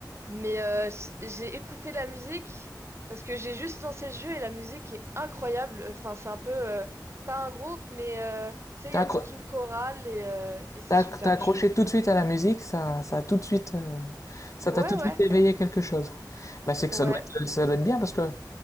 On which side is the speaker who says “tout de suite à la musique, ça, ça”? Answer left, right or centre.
Left